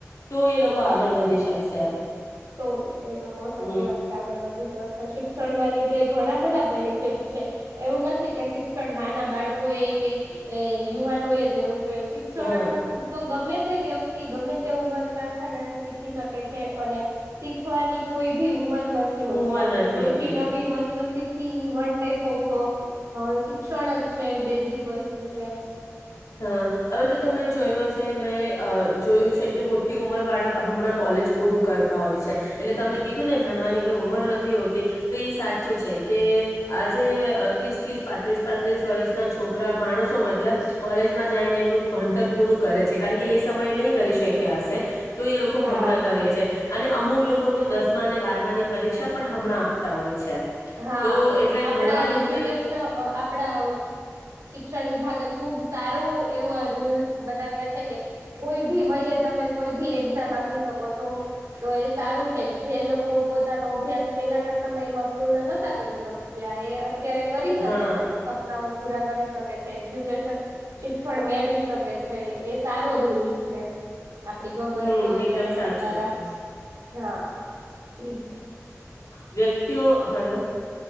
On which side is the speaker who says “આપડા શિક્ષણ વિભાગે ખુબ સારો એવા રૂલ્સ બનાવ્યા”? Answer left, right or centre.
Right